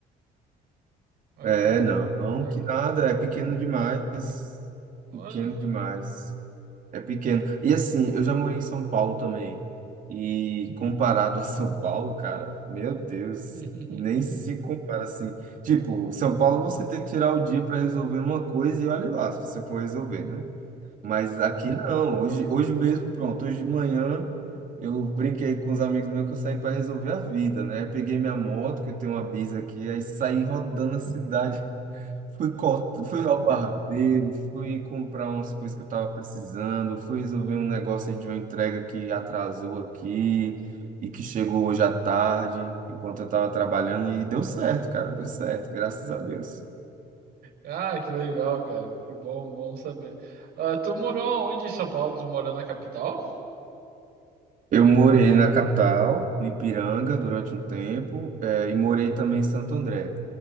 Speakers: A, on the right; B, on the right.
A: Acabou.
B: É, não, não,
A: A-
B: que nada, é pequeno demais.
A: Olha.
B: Pequeno demais. É pequeno. E assim, eu já morei em São Paulo também. E comparado a São Paulo, cara, meu Deus,
A: <laughs>
B: nem se compara assim. Tipo, São Paulo você tem que tirar o dia para resolver uma coisa e olha lá se você for resolver, né? Mas aqui não. Hoje, hoje mesmo, pronto. Hoje de manhã eu brinquei com os amigos meus que eu saí para resolver a vida, né? Eu peguei minha moto, que eu tenho uma Bis aqui, aí saí rodando a cidade. <laughs> Fui corta, fui ao barbeiro, fui comprar umas coisas que eu tava precisando, fui resolver um negócio aí de uma entrega que atrasou aqui e que chegou hoje à tarde, enquanto eu tava trabalhando, e deu certo, cara, deu certo, graças a Deus.
A: Ah, que legal, cara. Que bom, bom saber. Ah, tu morou onde em São Paulo? Tu morou na capital?
B: Eu morei na capital, no Ipiranga, durante um tempo, eh, e morei também em Santo André.